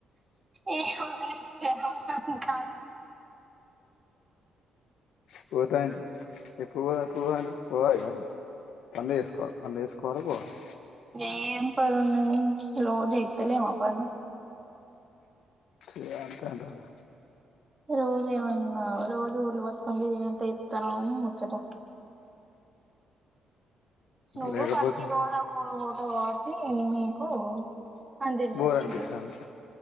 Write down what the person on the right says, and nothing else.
ఏహ ఏస్ ఏహ హ ఉన్ కాన్
ఏం పనున్నది రోజు చేస్తలేమా పని
రోజు ఏవన్నా రోజు ఊర్లు వట్టుకొని తిరిగి నట్టే చెప్పుతానావు నువ్ ముచ్చట నువ్వు
పన్కి పొంగ ఒక ఊరు పోతావ్ కావచ్ టి నీకు అంత ఇంట్రెస్ట్
ఉండదు